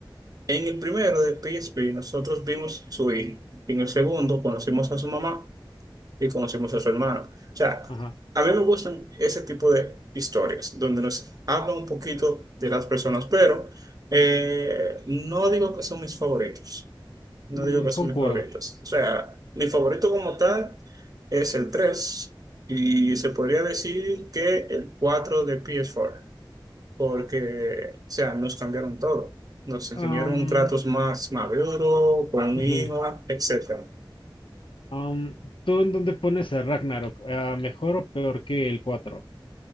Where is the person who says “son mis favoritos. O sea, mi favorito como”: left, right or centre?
Right